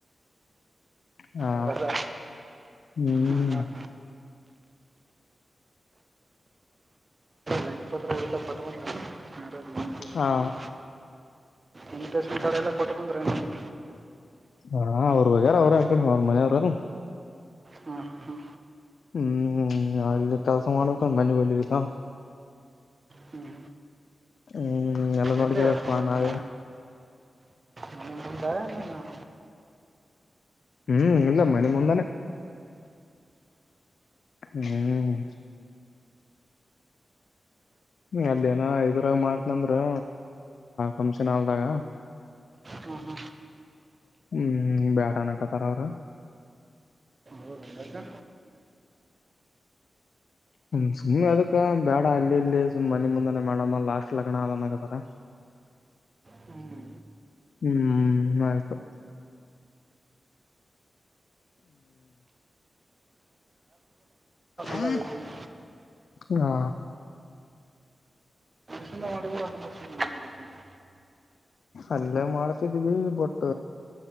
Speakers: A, on the left; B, on the right.
A: ಹಾ
B: ಅವೆಲ್ಲ
A: ಹ್ಮ್
B: ಹಾಂ
A: ಹ್ಮ್
B: ಹಾಂ ಲೈನ್ <unintelligible> ಏನು ಪೇಷಂಟ್
A: ಹಾ
B: ಇನ್ವಿಟೇಷನ್ ಕಾರ್ಡ್ ಎಲ್ಲ ಕೊಟ್ಟು ಬಂದ್ರೆನಂದೆ.
A: ಹಾ ಅವ್ರ ಹೋಗ್ಯಾರ ಅವರು ಹಾಕಂಡ್ ಅವ್ರ ಮನೆಯವ್ರು
B: ಹಾ ಹಾ ಹಾ
A: ಹ್ಮ್ ಅಲ್ಲಿ ಕೆಲಸ ಮಾಡ್ಬೇಕಂದ್ ಮನ್ ಒಗ್ಲೆಬೇಕಾ
B: ಹ್ಞೂ ಹ್ಞೂ
A: ಹ್ಮ್ ಎಲ್ಲ ನೋಡ್ಕೇಬೇಕಪ್ಪಾ
B: ಎಲ್ಲೇ ಮತ್ತೆ
A: ನಾವೇ.
B: ಮನೆ ಮುಂದೆ ಏನು ಹಾಂ
A: ಹ್ಮ್ ಇಲ್ಲ ಮನಿ ಮುಂದಾನೆ. ಹ್ಮ್ ಅಲ್ಲಿ ಏನ ಇದರಾಗ ಮಾಡ್ತನಂದ್ರ ಪಂಪ್ಷನ್ ಹಾಲ್ದಾಗ.
B: ಹ್ಮ ಹ್ಮ್
A: ಹ್ಮ್ ಬ್ಯಾಡ ಅನಕತರ ಅವರು
B: ಹೌದಾ
A: ಹ್ಮ ಸುಮ್ಮ್ನೆ ಅದಕ್ಕ ಬೇಡ ಅಲ್ಲಿ ಇಲ್ಲಿ ಸುಮ್ಮ್ ಮನೆಿ ಮುಂದಾನನೆ ಮಾಡಮ್ಮ ಲಾಸ್ಟ್ ಲಗ್ನ ಆದನ್ ಆಗದಾರ
B: ಹ್ಞೂ
A: ಹ್ಮ ಮಾಡಕು ಹ್ಮ್
B: ರಿ <unintelligible>
A: ಹಾ
B: ಚನ್ನ ಮಾಡಿ ಕೂಡಕ <unintelligible>
A: ಅಲ್ಲೇ ಮಾಡತಿದೀವಿ ಬೊಟ್ಟ